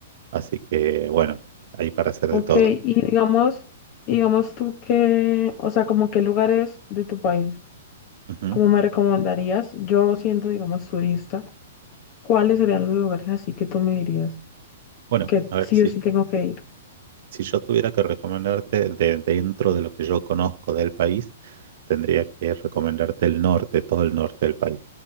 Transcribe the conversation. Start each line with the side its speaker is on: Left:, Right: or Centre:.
Right: así que bueno, hay para hacer
Left: Ok,
Right: de todo.
Left: y digamos, digamos tú que, o sea, como qué lugares de tu país,
Right: Ujú.
Left: ¿Cómo me recomendarías, yo siendo, digamos, turista, ¿cuáles serían los lugares así que tú me dirías
Right: Bueno,
Left: que
Right: a ver,
Left: sí
Right: si,
Left: o sí tengo que ir?
Right: si yo tuviera que recomendarte de dentro de lo que yo conozco del país, tendría que recomendarte el norte, todo el norte del país.